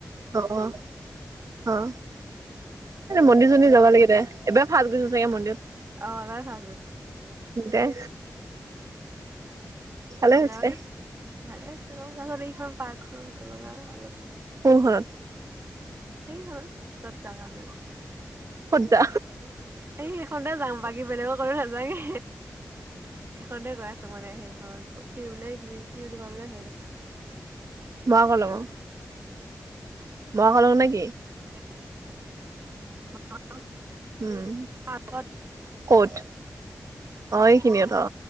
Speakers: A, on the right; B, on the right.
A: অ অ অ এ মন্দিৰ চন্দিৰ যাবা লাগে দে এবাৰ ভাজ গৈছো চাগে মন্দিৰত
B: অ ভাজ গৈছো
A: দুটাই ভালে হৈছে
B: যাবাগে
A: দে
B: ভালে তত এইখন পাৰ্কখন লগা অলপ
A: টোৰ ঘৰত
B: সেই হল চব জাঙাব
A: খুটজা
B: এই সেইখনতে যাম। বাকী বেলেগো কাৰো নাযায়ে, সেইখনতে গৈ আছো মানে সেইখনত কি বোলে এইখিনি কি বুলি কয় বোলে হেৰি
A: বাঘ ওলাব। <unintelligible>
B: <unintelligible>
A: উম,
B: পাৰ্কত
A: ক'ত? অ', এইখিনিত অ।